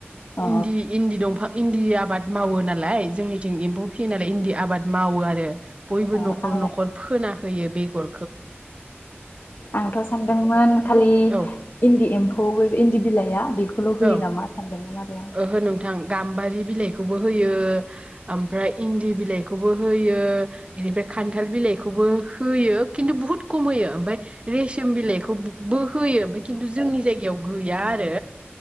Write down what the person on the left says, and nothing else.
औ
अ
आंलाय
आंथ' सानदोंमोन खालि
इन्दि एम्फ अ बे इन्दि बिलाइआ बेख बेखौल' होयो
नामा सानदोंमोन आरो आं